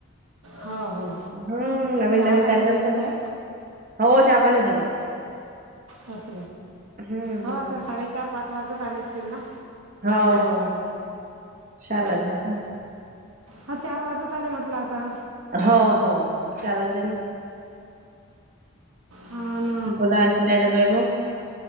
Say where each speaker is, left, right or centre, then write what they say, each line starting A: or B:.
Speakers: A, on the right; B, on the right.
A: हो हो
B: हम्म नवीन
A: चहा
B: -नवीन
A: पाणी
B: कार्यक्रम
A: झालं
B: तर,
A: काय
B: हो चहापाणी झालं.
A: तस
B: हम्म
A: हो
B: हम्म
A: आता साडेचार पाच वाजत आले असतील ना.
B: हो हो चार वाजल्या ना.
A: हा चार वाजत आले म्हटलं आता.
B: हो, हो चार वाजले ना.
A: हां न
B: बोला आणखी काय चालू आहे मग?